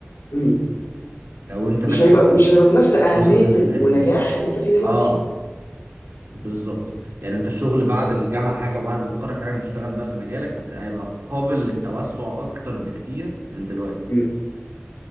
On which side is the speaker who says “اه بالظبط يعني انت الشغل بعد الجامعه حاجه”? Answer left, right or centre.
Right